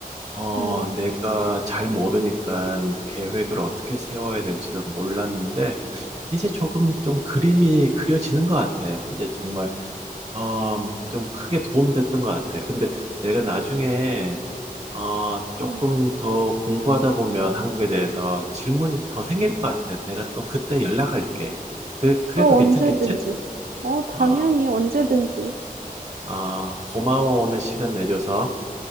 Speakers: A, on the right; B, on the right.
A: 어,
B: 음.
A: 내가 잘 모르니까 계획을 어떻게 세워야 될지도 몰랐는데 이제 조금 좀 그림이 그려지는 것 같아. 이제 정말 어, 좀 크게 도움됐던 것 같아. 근데 내가 나중에 어, 조금
B: 음.
A: 더 공부하다 보면 한국에 대해서 질문이 더 생길 것 같아. 내가 또 그때 연락할게. 그, 그래도
B: 어 언제든지.
A: 괜찮겠지?
B: 어 당연히
A: 어,
B: 언제든지.
A: 어, 고마워 오늘 시간 내줘서.